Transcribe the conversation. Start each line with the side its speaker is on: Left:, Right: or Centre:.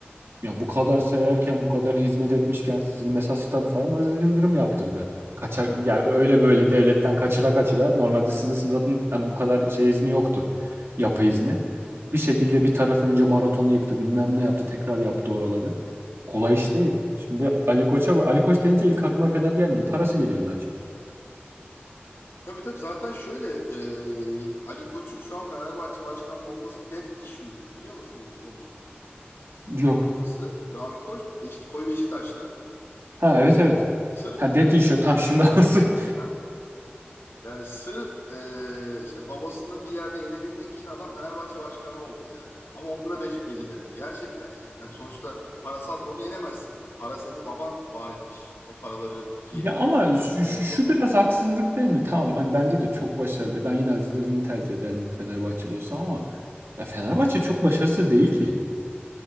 Right: ya bu kadar severken, bu kadar hizmet etmişken sizin mesela stadı falan Aziz Yıldırım yaptırdı. Kaçak,
Left: Tabii.
Right: yani öyle böyle devletten kaçıra kaçıra. Normalde sizin stadın hani bu kadar şey izni yoktu. Yapı izni.
Left: Hı hı.
Right: Bir şekilde bir taraf önce maratonu yıktı, bilmem ne yaptı, tekrar yaptı oraları. Kolay iş değil. Şimdi Ali Koç'a bak- Ali Koç deyince ilk aklıma Fener gelmiyor. Parası geliyor daha çok.
Left: Tabii tabii zaten şöyle e, Ali Koç'un şu an Fenerbahçe başkanlığı olması dead issue biliyor musun bu konuyu?
Right: Yok.
Left: Onun babası Rami Koç, Beşik, koyu Beşiktaşlı.
Right: Ha evet evet.
Left: Sırf
Right: Ha dedi
Left: hani,
Right: işte tam şimdi <laughs> anladım.
Left: heh, yani sırf eee, işte babasını bir yerde yenebilmek için adam Fenerbahçe başkanı oldu yani. Ama onda da beş beceremiyor gerçekten yani. Hani sonuçta parasal konuda yenemezsin. Para seni baban var etmiş o paraları ki
Right: Ya ama şu,
Left: sen
Right: şu,
Left: yapabiliyorsun.
Right: şu biraz haksızlık değil mi? Tamam hani bence de çok başarılı. Ben yine Aziz Yıldırım'ı tercih ederdim Fenerbahçeli olsam ama ya Fenerbahçe çok başarısız değil ki.